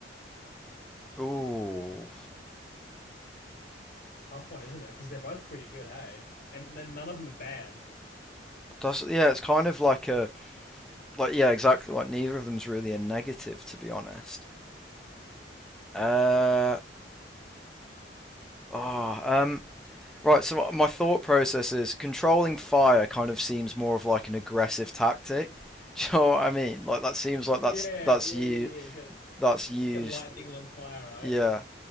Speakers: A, in the centre; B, on the left.
A: Ooh,
B: Tough one, isn't it? Because they're both pretty good, hey? And then none of them are bad.
A: that's yeah. It's kind of like a like yeah, exactly. Like neither of them's really a negative, to be honest. Uh oh, um, Right, so my thought process is controlling fire kind of seems more of like an aggressive tactic. <laughs> Do you know what I mean? Like that seems
B: Mm,
A: like that's
B: yeah,
A: that's
B: yeah,
A: you
B: yeah, yeah. You gotta,
A: that's used.
B: <laughs> you gotta light things on fire, right?
A: Yeah,